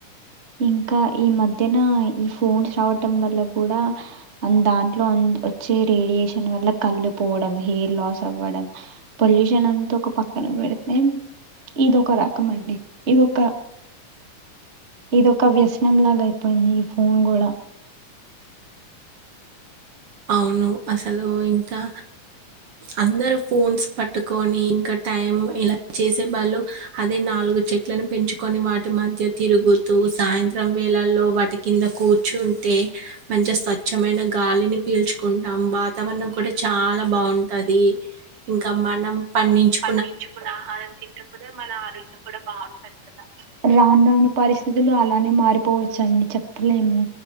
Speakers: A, on the right; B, on the right.
A: ఇంకా ఈ మధ్యన ఈ ఫోన్స్ రావటం వల్ల కూడా దాంట్లో అమ్ వచ్చే రేడియేషన్ వల్ల కళ్ళు పోవడం హెయిర్ లాస్ అవ్వడం పొల్యూషన్ అంతా ఒక పక్ కన పెడితే ఇదోక రకం అండి ఇదొక ఇదొక వ్యసనం లాగైపోయింది ఈ ఫోన్ కూడా
B: అవును అసలు ఇంకా అందరు మ్ ఫోన్స్ పట్టుకొని ఇంకా టైం ఇలా చేసే వాళ్ళు అదే నాలుగు చెట్లను పెంచుకొని వాటి మధ్య తిరుగుతూ సాయంత్రం వేళల్లో వాటి కింద కూర్ ర్చుంటే మంచిగ స్వచ్ఛమైన గాలిని పీల్చుకుంటాం వాతావరణం కూడా చాలా బాగుంటది ఇంకా మనం పండించు
A: పండించుకున్న ఆహారం తింటుంటే మన ఆరోగ్యం కూడా బాగుంటుంది కదా రాను రాన్ పరిస్థితులు అలానే మారిపోవచ్చు అండి చెప్పలేము